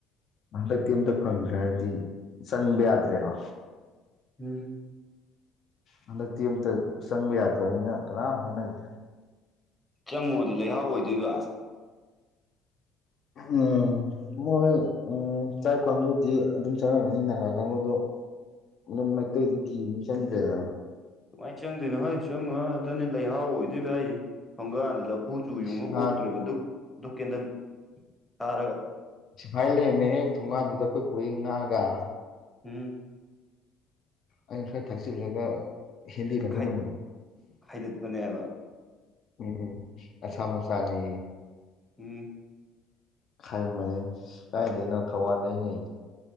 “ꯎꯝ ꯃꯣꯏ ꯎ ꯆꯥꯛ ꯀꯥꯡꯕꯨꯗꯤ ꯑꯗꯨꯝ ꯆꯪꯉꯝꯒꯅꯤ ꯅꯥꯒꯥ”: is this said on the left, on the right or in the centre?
Left